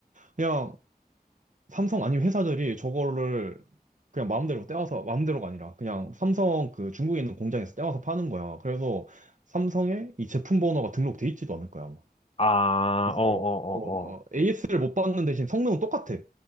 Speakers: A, on the right; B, on the left.
A: 그냥 삼성 아니면 회사들이 저거를 그냥 마음대로 떼와서 마음대로가 아니라 그냥 삼성 그 중국에 있는 공장에서 떼와서 파는 거야. 그래서 삼성에 이 제품 번호가 등록돼 있지도 않을 거야, 아마.
B: 아,
A: 그래서
B: 어, 어,
A: 어,
B: 어,
A: AS를 못 받는 대신 성능은 똑같아.